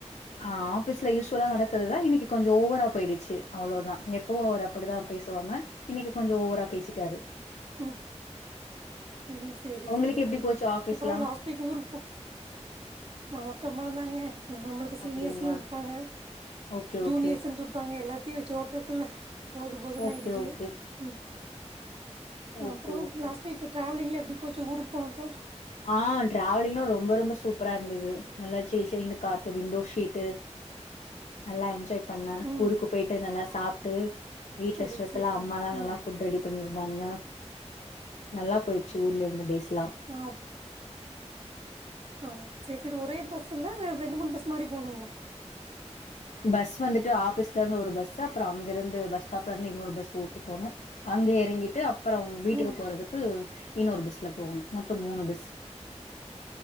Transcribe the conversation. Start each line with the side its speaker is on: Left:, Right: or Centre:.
Left: ஆ ஆஃபீஸ்ல யூஸ் வலா நடக்கிறதுதா இன்னக்கி கொஞ்சோ ஓவரா போயிடுச்சு அவ்ளோதா எப்பவு அவரு அப்படிதா பேசுவாங்க இன்னைக்கு கொஞ்சோ ஓவரா பேசிட்டாரு
Right: உ உ சேரி
Left: உங்களுக்கு
Right: சேரிங்க
Left: எப்டி போச்சு ஆஃபீஸ்லா
Right: அப்புறோ லாஸ்ட் வீக் ஊருக்குப்போ வழக்கம் போல தாங்க ஓகே நம்மளுக்கு சீனியர்ஸ்ன்னு
Left: அப்டிங்களா
Right: இருப்பாங்க
Left: ஓகே
Right: ஜூனியர்ஸ்னு
Left: ஓகே
Right: இருப்பாங்க எல்லாத்தையு வச்சு ஓட்டுற இல்ல போது போதுனுயாய்டுச்சு
Left: ஓகே ஓகே
Right: உ
Left: ஓகே
Right: அப்புறோ
Left: ஓகே
Right: லாஸ்ட் வீக் டிராவலிங்லா எப்டி ப்படி போச்சு ஊருக்கு போனப்போ
Left: ஆ டிராவலிங்லா ரொம்ப ரொம்ப சூப் ப்ரா இருந்தது நல்லா சிலு சிலுனு காத்து த விண்டோ சீட்டு நல்லா என்ஜாய் பண்ணே
Right: ம்
Left: ஊருக்கு போயிட்டு நல்லா சாப்ட்டு வீட்டுல
Right: சரி
Left: ஸ்ப்ஷலா
Right: சரிங்க
Left: அம்மா தா
Right: ம்
Left: நல்லா ஃபுட்ரெடி பண்ணி டாங்க நல்லா போயிருச்சு ஊர்ல இருந்த டேஸ்
Right: ஆம் ஆ சேரி சேரி ஒரே பஸ்ஸுல இல்ல ரெண்டு மூணு பஸ் மாரி போணுங்களா
Left: பஸ் வந்துட்டு ஆஃபீஸ்ல இருந்து ஒரு பஸ்ஸு அப்புறோ அங்க இருந்து பஸ் ஸ்டாப்ல இருந்து இன்னொரு பஸ் ஊக்கு போணு அங்க எறங்கிட்டு அப்புறோ வீட்டுக்கு
Right: ம்
Left: போறதுக்கு இன்னொரு பஸ்ல போகணு மொத்தோ மூணு பஸ்